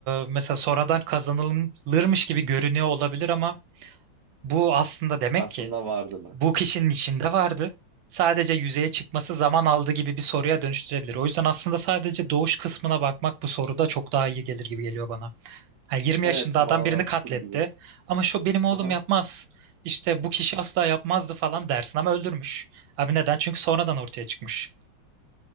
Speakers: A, on the right; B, on the right.
A: mesela sonradan kazanılırmış gibi görünüyor olabilir ama bu aslında demek
B: Aslında
A: ki
B: vardı mı?
A: bu kişinin içinde vardı. Sadece yüzeye çıkması zaman aldı gibi bir soruya dönüştürebilir. O yüzden aslında sadece doğuş kısmına bakmak bu soruda çok daha iyi gelir gibi geliyor bana. Yani 20
B: Evet,
A: yaşında
B: makul
A: adam birini katletti
B: gibi.
A: ama şu benim oğlum
B: Aha.
A: yapmaz. İşte bu kişi asla yapmazdı falan dersin ama öldürmüş. Abi neden? Çünkü sonradan ortaya çıkmış.